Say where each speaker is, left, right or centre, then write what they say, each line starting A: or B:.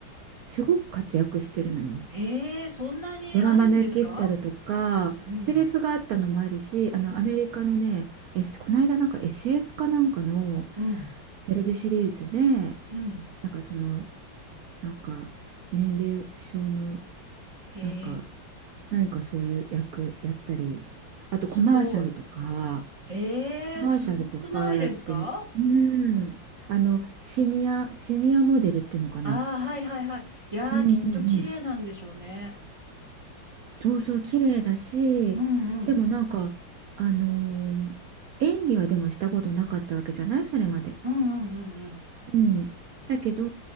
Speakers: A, on the right; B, on the right.
A: すごく活躍してるのよ。
B: へえ、そんなにあるんですか
A: ドラマのエキストラとかセリフがあったのもあるしあのアメリカのね、
B: うん、
A: S、この間なんか SF かなんかの
B: うん、
A: テレビシリーズで
B: うん。
A: なんかそのなんか年齢不詳の
B: へえ、
A: なんか何かそういう役やったりあとコマーシャルとか
B: すごい。ええ、
A: コマーシャルとかやってうんあのシニアシニアモデルっていうのかな
B: すごくないですかああー、はいはいはい。いやー、
A: うんうんうん
B: きっと綺麗なんでしょうね。
A: そうそう綺麗だしでもなんかあのー
B: うんうん。
A: 演技はでもしたことなかったわけじゃないそれまで。
B: うんうんうん
A: うん、だけど